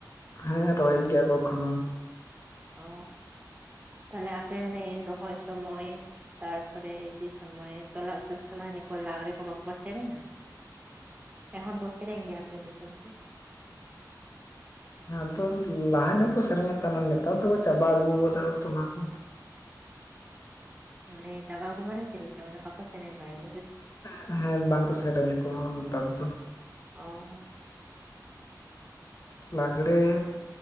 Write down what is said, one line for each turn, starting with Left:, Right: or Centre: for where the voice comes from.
Left: ᱦᱮᱸ, ᱨᱚᱦᱚᱭ ᱜᱮᱭᱟ ᱠᱚ ᱮᱠᱷᱚᱱᱳ,
Right: ᱚᱻ ᱛᱟᱦᱚᱞᱮ ᱟᱯᱮ ᱦᱟᱱᱮ ᱨᱚᱦᱚᱭ ᱥᱚᱢᱚᱭ, ᱛᱟᱨᱯᱚᱨᱮ ᱡᱮ ᱥᱚᱢᱚᱭ ᱛᱚᱞᱟ ᱥᱚᱢᱚᱭ ᱞᱟᱜᱽᱲᱮ ᱠᱚ ᱵᱟᱠᱚ ᱥᱮᱨᱮᱧᱟ?
Left: <unintelligible>
Right: ᱱᱮᱦᱚᱨ ᱵᱚ ᱥᱮᱨᱜ ᱜᱮᱭᱟ ᱟᱯᱮ ᱫᱤᱥᱚᱢ ᱥᱮᱫ?
Left: ᱦᱮᱸ ᱟᱫᱚ ᱞᱟᱦᱟ ᱧᱚᱜ ᱠᱚ ᱥᱮᱨᱮᱧᱮᱫ ᱛᱟᱦᱮᱱᱟ ᱱᱮᱛᱟᱨ ᱫᱚ ᱠᱚ ᱪᱟᱵᱟ ᱟᱹᱜᱩ ᱠᱟᱫᱟᱚ ᱚᱱᱟ ᱠᱚ,
Right: ᱢᱟᱱᱮ ᱪᱟᱵᱟ ᱟᱜᱩ ᱢᱟᱱᱮ ᱪᱮᱫ ᱞᱮᱠᱟ ᱢᱟᱱᱮ ᱵᱟᱠᱚ ᱥᱮᱨᱮᱧ ᱵᱟᱲᱟᱭᱟ?
Left: ᱦᱮᱸ ᱦᱮᱸ ᱵᱟᱝᱠᱚ ᱥᱮᱨᱮᱧᱟ ᱠᱚ ᱱᱮᱛᱟᱨ ᱫᱚ,
Right: ᱚᱻ,
Left: ᱞᱟᱜᱽᱲᱮ
Right: ᱦᱮᱸ